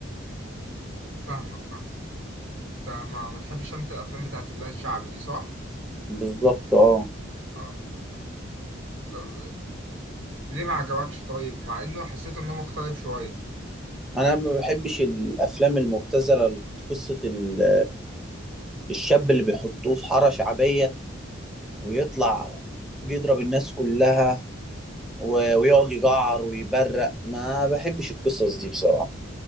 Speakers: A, on the right (about 85°); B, in the centre.
A: فاهمك فاهمك انت ما ما تحبش انت الافلام بتاعت اللي هي الشعبي دي صح؟
B: بالظبط اه
A: اه طب ليه ما عجبكش طيب مع انه حسيت انه مختلف شويه
B: أنا ما بحبش الأفلام المبتذلة قصة ال- الشاب اللي بيحطوه في حارة شعبية ويطلع بيضرب الناس كلها و-
A: ايوه
B: ويقعد يجعر ويبرق ما بحبش القصص دي بصراحة